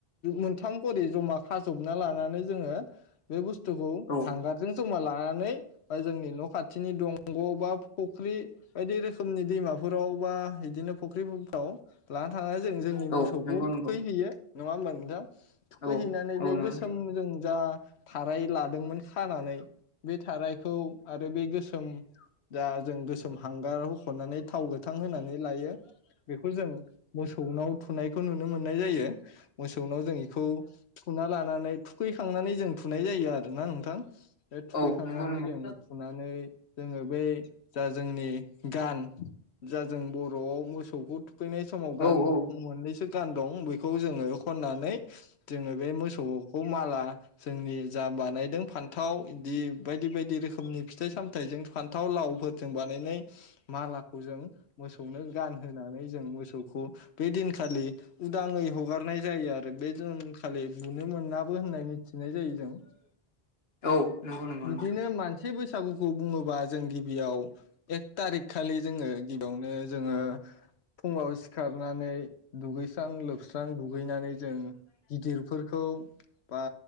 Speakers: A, on the left; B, on the left.
A: मोनथाम खरि जमा खाज'बना लानानै जोङो बे बुस्थुखौ
B: औ
A: हांगारजों जमा लानानै बा जोंनि न' खाथिनि दंग' बा फख्रि बायदि रोखोमनि दैमाफोराव बा बिदिनो फख्रिफ्राव लाना थांनानै जों जोंनि
B: औ
A: मोसौखौ
B: नंगौ नंगौ
A: थुखैहैयो। नङा होमबा नोंथां! थुखैहैनानै
B: औ औ
A: बे
B: नंगौ
A: गोसोमजों जा थाराय लादोंमोन खानानै बे थारायखौ आरो बे गोसोम दा जों गोसोम हांगार होख'नानै थाव गोथां होनानै लायो बेखौ जों मोसौनाव थुनायखौ नुनो मोननाय जायो मोसौनाव जों इखौ थुना लानानै थुखैखांनानै जों थुनाय जायो आरोना नोंथां। बे थुखैखांनानै
B: औ नंगौ नंगौ
A: जों थुनानै जोङो बै जा जोंनि गान जा जों बर'आव मोसौखौ थुखैनाय समाव गान
B: औ औ
A: मोननैसो गान दं बेखौ जोङो खननानै जोङो बे मोसौखौ माला जोंनि जा बानायदों फान्थाव बिदि बायदि बायदि रोखोमनि फिथाइ सामथाइजों फान्थाव लावफोरजों बानायनाय मालाखौ जों मोसौनो गानहोनानै जों मोसौखौ बे दिनखालि उदाङै हगारनाय जायो आरो बे दिनखालि बुनो मोननाबो होननाय मिथिनाय जायो जों
B: औ नंगौ नंगौ नंगौ
A: बिदिनो
B: नोंथां।
A: मानसि बैसागुखौ बुङोबा जों गिबियाव एक थारिक खालि जोङो गि बियावनो जोङो फुङाव सिखारनानै दुगैस्रां लोब स्रां दुगैनानै जों गिदिरफोरखौ बा